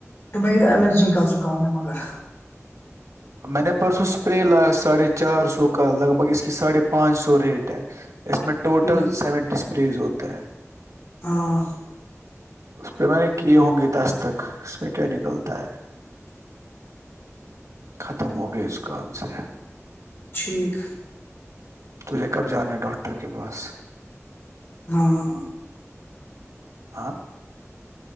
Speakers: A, on the left; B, on the right.
A: تمہیں الرجی کا زکام ہے مگر
B: میں نے پرسوں اسپرے لایا ساڑھے چار سو کا لگ بھگ اس کی ساڑھے پانچ سو ریٹ ہے اس م میں وٹل
A: یہ-
B: سیونٹی پریز ہوتا ہے <unintelligible>
A: ہاں
B: اس پہ میں نے کیے ہوں گے دس تک اس میں کیا نکلتا ہے ختم ہو گئے اس کام سے
A: ٹھیک
B: تجھے کب جانا ہے ڈاکٹر کے پاس
A: ہاں
B: آاں <unintelligible>